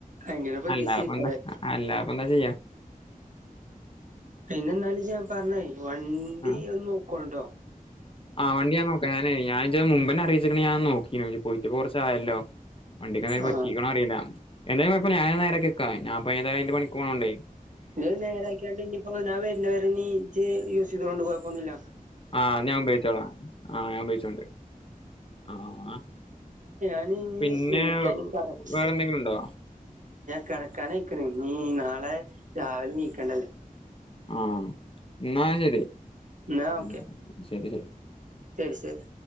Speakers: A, on the right; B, on the left.
A: അങ്ങനെ പ്രതീക്ഷിക്കല്ലേ
B: അല്ലാപ്പന്താ അല്ലാപ്പ എന്താ ചെയ്യാ
A: പിന്നെ എന്നാലും ഞാൻ പറഞ്ഞേ വണ്ടി
B: ആ
A: ഒന്ന് നോക്കണട്ടോ
B: ആ വണ്ടി ഞൻ നോക്ക ഞാന് ഞാൻഇജ്ജ് മുമ്പെന്നെ അറിയിച്ചിക് ഞാൻ നോക്കീനെ പോയിട്ട് കുറച്ചായല്ലോ വണ്ടിക്കന്തെങ്കു
A: ആഹ്
B: പറ്റിക്കണം അറിയില്ല എന്തേലും കുഴപ്പ ഇല്ല ഞൻ നേരെക്കിവക്കഞാൻ പരംന്റെ പണി പോണണ്ട്
A: ഇ നേരാക്കിയാണ്ട് ഇനിപ്പോഞാൻ വരുന്നവര നീ ഇജ്ജ് യൂസ് ചെയ്തോണ്ട് കുഴപ്പൊന്നില്ല
B: ആ ഞാൻ ബിച്ചോളാം ആ ഞാൻ ബീച്ചോളാം ആ
A: ഞാനിനിവിളിക്ക
B: പിന്നെ
A: <unintelligible>
B: വേറെന്തെങ്കിലും ഉണ്ടോ
A: കേട്കനായ്ക്ക്ന്ന് ഇനി നാളെ രാവിലെ ണീക്കണ്ടല്ലേ
B: ആഎന്നാ ശരി
A: എന്നാ ഓക്കെ
B: ഉംശരി
A: ശരി ശരി